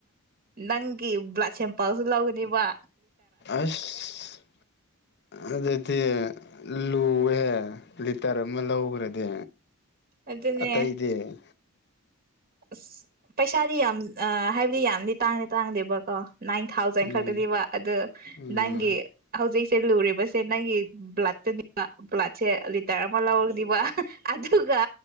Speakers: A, on the right (about 45°); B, on the left (about 50°).
A: ꯅꯪꯒꯤꯕ꯭ꯂꯥꯛ ꯁꯦꯝꯦꯝ ꯄꯥꯎꯁꯨ ꯂꯥꯎꯒꯗꯔꯤꯕ
B: ꯑꯁ ꯑꯗ ꯗꯤ ꯂꯨꯍꯦ ꯂꯤꯇꯔ ꯑꯃ ꯂꯧꯈ꯭ꯔꯗꯤ
A: ꯑꯗꯨꯅꯦ
B: ꯑꯇꯩꯗꯤ
A: ꯑꯁ ꯄꯩꯁꯥꯗꯤ ꯌꯥꯝ ꯍꯥꯏꯕꯗꯤ ꯌꯥꯝꯗꯤ ꯇꯥꯡꯗꯤ ꯇꯥꯡꯗꯦꯕꯀꯣ ꯅꯥꯏꯟ ꯊꯥꯎꯖꯟ
B: ꯎꯝ
A: ꯈꯛꯇꯅꯦꯕ ꯑꯗꯨ
B: ꯎꯝ
A: ꯅꯪꯒꯤ ꯍꯧꯖꯤꯛ ꯁꯦ ꯂꯨꯔꯤꯕꯁꯦ ꯅꯪꯒꯤ ꯕ꯭ꯂꯠꯇꯨꯅꯤꯕ ꯕ꯭ꯂꯗꯁꯦ ꯂꯤꯇꯔ ꯑꯃ ꯂꯧꯔꯅꯤꯕ ꯑꯗꯨꯒ